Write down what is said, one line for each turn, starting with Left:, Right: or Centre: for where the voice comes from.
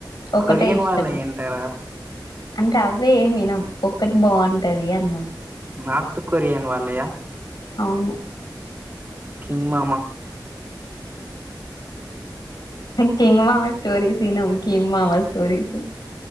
Left: ఒకటే
Right: కొరియన్
Left: ఇష్టం
Right: వాళ్ళయి అంటారా
Left: అంటే అవ్వె ఏమి వినం ఒక్కటి బావుంటది అన్నం
Right: నార్త్ కొరిన్ వాళ్ళయా
Left: అవును
Right: కింగ్ మామా
Left: కింగ్ మామ స్టోరీస్ తినం కిమ్ మామా స్టోరిస్